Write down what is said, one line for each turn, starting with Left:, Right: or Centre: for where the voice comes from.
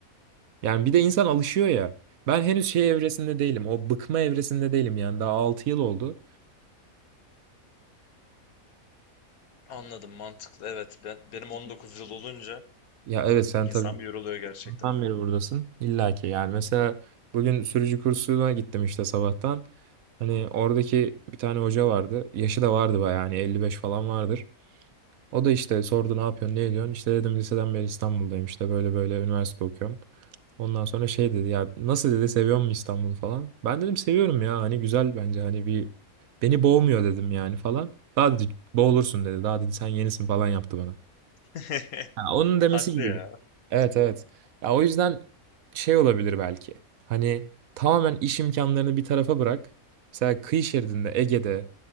Right: Yani bir de insan alışıyor ya. Ben henüz şey evresinde değilim. O bıkma evresinde değilim yani. Daha 6 yıl oldu.
Left: Anladım mantıklı evet ben, benim 19 yıl olunca
Right: Ya evet sen
Left: insan
Right: tabii
Left: bir yoruluyor gerçekten.
Right: ondan beri buradasın. İlla ki yani mesela bugün sürücü kursuna gittim işte sabahtan. Hani oradaki bir tane hoca vardı. Yaşı da vardı bayağı hani 55 falan vardır. O da işte sordu ne yapıyorsun ne ediyorsun işte dedim liseden beri İstanbul'dayım işte böyle böyle üniversite okuyorum. Ondan sonra şey dedi ya nasıl dedi seviyor musun İstanbul'u falan. Ben dedim seviyorum ya hani güzel bence hani bir beni boğmuyor dedim yani falan. Daha dedi boğulursun dedi daha dedi sen yenisin falan yaptı bana.
Left: <laughs>
Right: Ha, onun demesi
Left: Haklı
Right: gibi.
Left: ya.
Right: Evet evet. Ya o yüzden şey olabilir belki. Hani tamamen iş imkanlarını bir tarafa bırak. Mesela kıyı şeridinde Ege'de